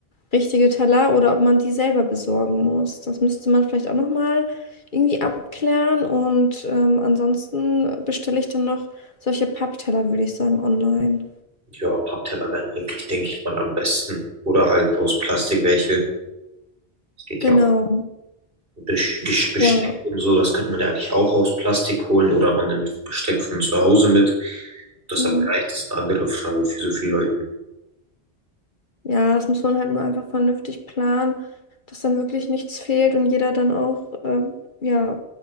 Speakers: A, on the left (about 50°); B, on the right (about 60°).
A: richtige Teller oder ob man die selber besorgen muss. Das müsste man vielleicht auch nochmal irgendwie abklären. Und ähm, ansonsten bestelle ich dann noch solche Pappteller, würde ich sagen, online.
B: Ja, Pappteller wären eigentlich, denke ich mal, am besten. Oder halt aus Plastik welche. Es geht
A: Genau.
B: ja auch um Besch- Gesch- Besteck
A: Ja.
B: und so. Das könnte man ja eigentlich auch aus Plastik holen. Oder man nimmt Besteck von zu Hause mit. Ob das
A: Mhm.
B: aber reicht, ist eine andere Frage für so viele Leute.
A: Ja, das muss man halt nur einfach vernünftig planen, dass dann wirklich nichts fehlt und jeder dann auch äh, ja,